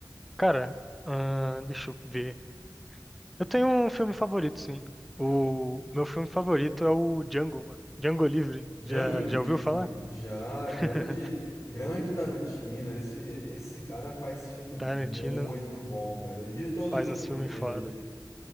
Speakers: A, in the centre; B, on the left (about 40°).
A: Cara, ahn, deixa eu ver. Eu tenho um filme favorito, sim. O meu filme favorito é o Django, mano. Django Livre.
B: Django
A: Já,
B: Livre,
A: já ouviu falar?
B: já,
A: <laughs>
B: grande, grande Tarantino. Esse, esse cara faz filme muito
A: Tarantino
B: bom, velho. O diretor do
A: faz
B: filme,
A: uns
B: o nome
A: filmes
B: dele.
A: foda.